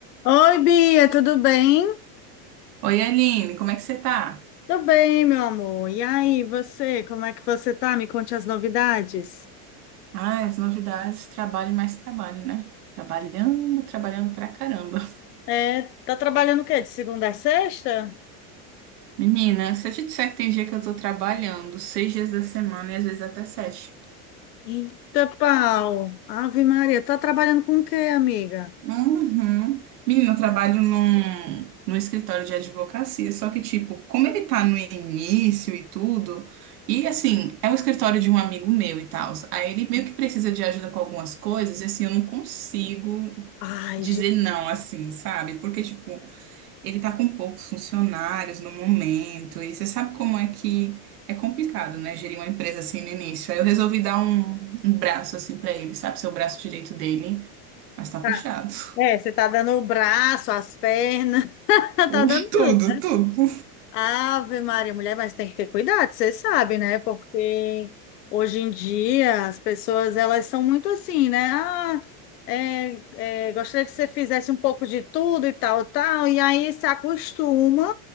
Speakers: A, on the left; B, on the right.
A: Oi, Bia, tudo bem?
B: Oi, Aline, como é que você tá?
A: Tudo bem, meu amor. E aí, você, como é que você tá? Me conte as novidades.
B: Ah, as novidades, trabalho e mais trabalho, né? Trabalhando, trabalhando pra caramba.
A: É, tá trabalhando o quê? De segunda a sexta?
B: Menina, se eu te disser que tem dia que eu tô trabalhando seis dias da semana e às vezes até sete.
A: Eita, pau. Ave Maria, tá trabalhando com o quê, amiga?
B: Uhum. Menina, eu trabalho num, num escritório de advocacia, só que, tipo, como ele tá no início e tudo, e assim, é um escritório de um amigo meu e tal, aí ele meio que precisa de ajuda com algumas coisas, e assim, eu não consigo
A: Ai,
B: dizer
A: gente.
B: não, assim, sabe? Porque, tipo, Ele está com poucos funcionários no momento, e você sabe como é que é complicado, né? Gerir uma empresa assim no início. Aí eu resolvi dar um, um braço assim para ele, sabe? Ser o braço direito dele, mas tá
A: tá-
B: puxado. <laughs>
A: É, você tá dando o braço, as pernas, <laughs>
B: O-
A: tá dando
B: Tudo,
A: tudo.
B: tudo.
A: Ave Maria, mulher, mas tem que ter cuidado, você sabe, né? Porque hoje em dia as pessoas elas são muito assim, né? Ah, é, é, gostaria que você fizesse um pouco de tudo e tal, tal, e aí se acostuma,